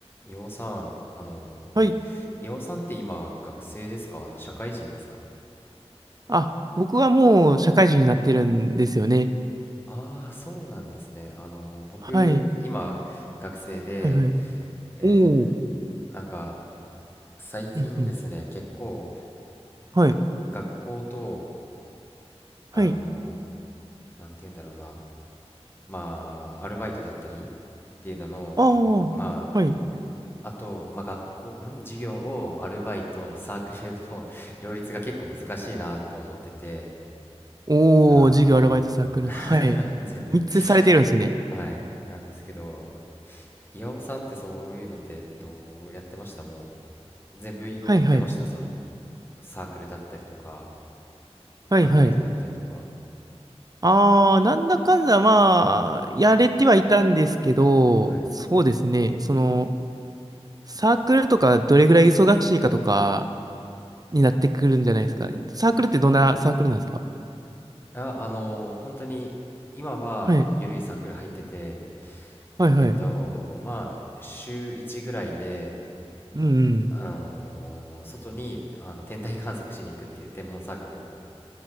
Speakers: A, on the left; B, on the right.
A: 岩尾さん、あのー
B: はい。
A: 岩尾さんって今学生ですかあの社会人ですか
B: あ、僕はもう社会人になってるんですよね。
A: ああー、そうなんですね。あのー僕今学生で、
B: はい。はいはい。
A: えーなんか
B: おー。
A: 最近ですね、
B: うんうん。
A: 結構
B: はい。
A: が学校とあの
B: はい。
A: ーなんて言うんだろうな、まあアルバイトだったりっていうのの、
B: あ
A: ま
B: あ。はい。
A: ああと、まあ、学校、うん、授業をアルバイト、サークルの <laughs> 両立が結構難しいなと思ってて。
B: おー、
A: あー
B: 授業、アルバイト、サークル。はい。
A: <laughs> 全部。
B: 三つされてるんですね。
A: はい。なんですけど、岩尾さんってそういうのってどうやってましたもう全部やってましたその
B: はいはい。
A: サークルだったりとか、
B: はいはい。
A: アルバイトだったりとか。
B: ああ、なんだかんだ、まあ、やれてはいたんですけど、
A: はい。
B: そうですね。その、サークルとかどれぐらい忙しいかとかになってくるんじゃないですか。サークルってどんなサークルなんですか
A: あ、あのー本当に今は緩いサークル入ってて、
B: はい。はいはい。
A: えっと、まあ、週1ぐらいで、
B: うんうん。
A: あのー外にあの天体観測しに行くっていう天文サークルっ